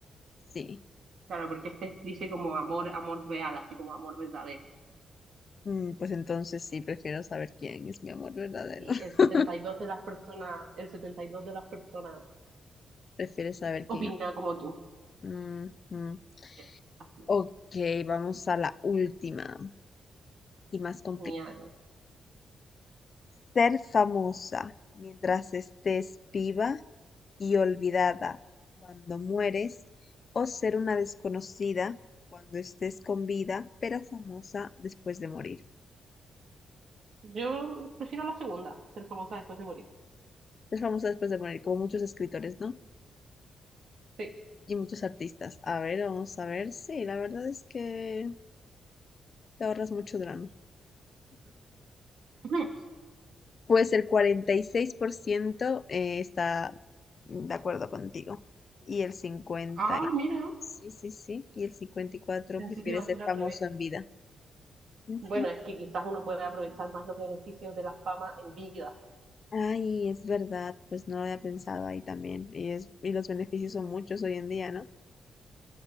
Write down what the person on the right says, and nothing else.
Claro, porque este dice como amor, amor real, así como amor verdadero.
Y
el 72 de las personas, el 72 de las personas
Opina
como tú.
Yes, así
es.
Genial.
Yo prefiero la segunda, ser famosa después de morir.
Sí,
<laughs>
Ah, mira.
pensé
que iba a
ser al
revés.
Bueno, es que quizás uno puede aprovechar más los beneficios de la fama en vida.